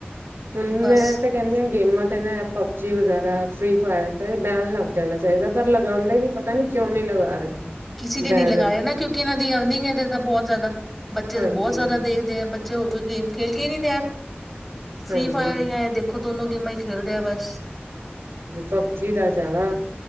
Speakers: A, on the right; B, in the centre.
A: ਹੁਣ
B: ਬਸ
A: ਮੈਂ ਤਾਂ ਕਹਿੰਦੀ ਹ ਗੇਮਾਂ ਤੇ ਨਾ ਆਪਾਂ ਦੀ ਵਗੈਰਾ ਫਰੀ ਫਾਇਰ ਤੇ ਬੈਨ ਲੱਗ ਜਾਣਾ ਚਾਹੀਦਾ ਪਰ ਲਗਾਦੇ ਹੀ ਨੀ ਪਤਾ ਨੀ ਕਿਉਂ ਨੀ ਲਗਾ ਰਹੇ।
B: ਕਿਸੇ ਤੇ
A: ਬੈਨ
B: ਨਹੀਂ ਲਗਾ ਰਹੇ ਨਾ ਕਿਉਂਕਿ ਇਹਨਾਂ ਦੀ ਅਰਨਿੰਗ ਦੇ ਤਾਂ ਬਹੁਤ ਜ਼ਿਆਦਾ ਬੱਚੇ
A: ਹਾਂਜੀ
B: ਬਹੁਤ ਜ਼ਿਆਦਾ ਦੇਖਦੇ ਆ ਬੱਚੇ ਹੋਰ ਕੋਈ ਗੇਮ ਖੇਡ ਕੇ ਹੀ ਨਹੀ ਤਿਆਰ। ਫ੍ਰਰੀ
A: ਹਾਂਜੀ
B: ਫਾਇਰ ਜਾਂ ਦੇਖੋ ਦੋਨੋ ਗੇਮਾਂ ਹੀ ਖੇਲਦੇ ਆ ਬਸ
A: ਸਬਜੀ ਦਾ ਜਿਆਦਾ